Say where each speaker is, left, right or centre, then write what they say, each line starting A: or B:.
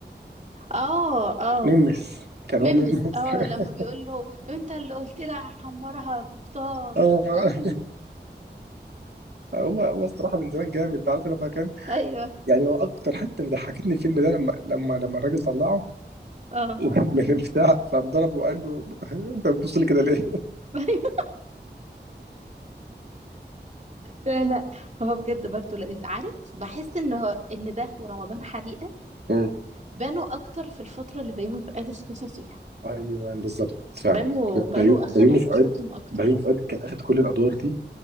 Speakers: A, on the right; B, on the right.
A: اه اه
B: ممس كان
A: ميمس
B: هو ممس
A: اه
B: <laughs>
A: لما بيقول له انت اللي قلت لها هحمرها يا قبطان
B: اه
A: ايوه
B: هو هو الصراحه من زمان جامد انت عارف لما كان
A: ايوه
B: يعني هو اكتر حته ضحكتني الفيلم ده لما لما لما الراجل طلعه
A: اه
B: <laughs> من البتاع فقام ضربه وقال له <laughs> انت بتبص لي كده ليه؟
A: <laughs> لا لا هو بجد برضه لذيذ عارف بحس ان هو ان ده ورمضان حريقه
B: <laughs>
A: بانوا اكتر في الفتره اللي بيومي فؤاد اختفى فيها
B: ايوه بالظبط فعلا
A: بانوا
B: بيو-
A: بانوا اخدوا
B: بيومي
A: فرصتهم
B: فؤاد
A: اكتر
B: بيومي فؤاد كان اخد كل الادوار دي